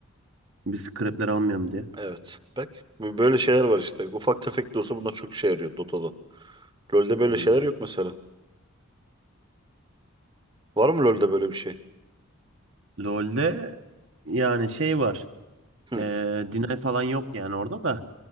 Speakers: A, on the right; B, on the right.
A: Biz krepler almayalım diye.
B: Evet. Bak böyle şeyler var işte. Ufak tefek de olsa bunlar çok işe yarıyor Dota'da. LoL'de böyle
A: Hmm.
B: şeyler yok mesela. Var mı LoL'de böyle bir şey?
A: LoL'de yani şey var.
B: Hı.
A: Eee Deny falan yok yani orada da.